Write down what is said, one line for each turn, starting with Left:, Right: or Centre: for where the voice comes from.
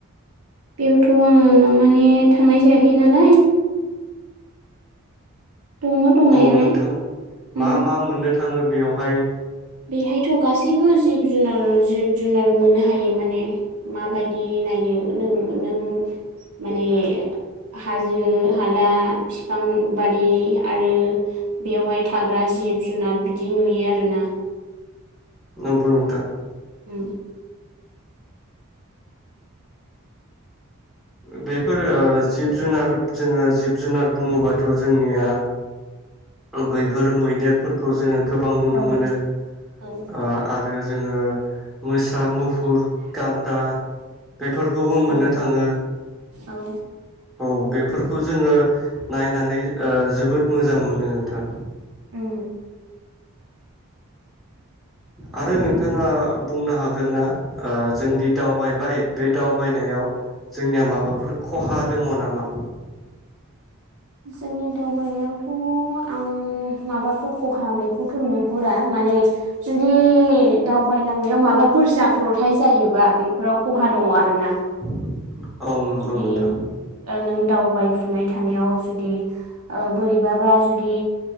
Right: बेयावथ' आङो माने थांनाय जायाखै नालाय दङ दंनायालाय
Centre: औ नोंथां
Right: उम
Centre: मा मा मोननो थाङो। बेवहाय
Right: बेहायथ' गासैबो जिब जुनार जिब जुनार मोननो हायो माने माबायदि नायनो नों नों माने हाजो हाला बिफां बारि आरो बेयावहाय थाग्रा जिब जुनार बिदि नुयो आरोना
Centre: नंगौ नोंथां
Right: उम
Centre: बेफोरो ओ जिब जुनार जोङो जिब जुनार बुङोबाथ' जोंनिया बैफोर मैदेरफोरखौ जोङो गोबां नुनो
Right: औ
Centre: मोनो ओ
Right: औ
Centre: आरो जों ओ मोसा मुफ फुर गान्दा बेफोरखौबो मोननो
Right: औ
Centre: थाङो
Right: औ
Centre: औ बेफोरखौ जोङो नायनानै ओ जोबोद मोजां मोनो नोंथां
Right: उम
Centre: आरो नोंथाङा बुंनो हागोन ना ओ जोंदि दावबायबाय बे दावबायनायाव जोंनिया माबाफोर खहा दङ नामा
Right: जोंनि दावबायनायावथ' आं माबाफोर खहा बेखौथ' नुहुरा माने जुदि दावबायलांनायाव माबाफोर जाब्रथाय जायोबा बेफोराव खहा दङ आरो ना
Centre: <inaudible> नंगौ
Right: जुदि
Centre: नोंथां
Right: ओ नों दावबाय फुनाय थानायाव जुदि ओ बोरैबाबा जुदि